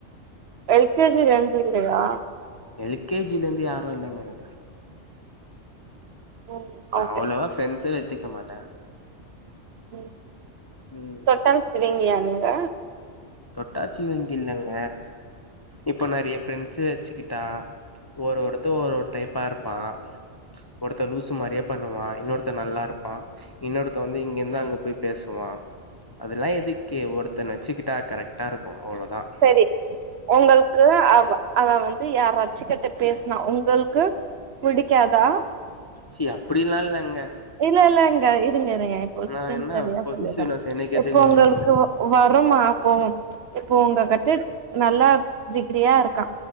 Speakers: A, on the right (about 65°); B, on the left (about 30°).
A: எல் கே ஜில இருந்து இல்லையா
B: எல் கே ஜில இருந்து யாரும் இல்லங்க எனக்கு
A: ம்
B: நா
A: ஓகே
B: அவ்வளவா ஃப்ரெண்ட்ஸே வச்சிக்க மாட்ட
A: ம்
B: ம்
A: தொட்டா சிணுங்கியா நீங்க
B: தொட்டாச்சிணுங்கி இல்லங்க இப்ப நெறைய ஃப்ரெண்ட்ஸூ வச்சுக்கிட்டா ஒரு ஒருத்த ஒரு ஒரு டைப்பா இருப்பா ஒருத்த லூசு மாரியே பண்ணுவா இன்னொருத்த நல்லா இருப்பா இன்னொருத்த வந்து இங்கருந்து அங்க போய் பேசுவான் அதெல்லாம் எதுக்கு ஒருத்தன வச்சுக்கிட்டா கரெக்டாக இருக்கும் அவ்வளோதான்
A: சரி உங்களுக்கு அவ அவன் வந்து யாராச்சிக்கிட்ட பேசுனா உங்களுக்கு பிடிக்காதா
B: ச்சீ அப்டில்லா இல்லங்க
A: இல்ல இல்லங்க இருங்க இருங்க கொஸ்டின்
B: நா என்ன
A: சரியா
B: பொசசிவ்னஸ்
A: சொல்லிறேன்
B: எனக்கு எதுக்கு
A: இப்ப
B: வர
A: உங்களுக்கு
B: போகுது
A: வருமா கோவம் இப்போ உங்க கிட்ட நல்லா ஜிகிரியா இருக்கா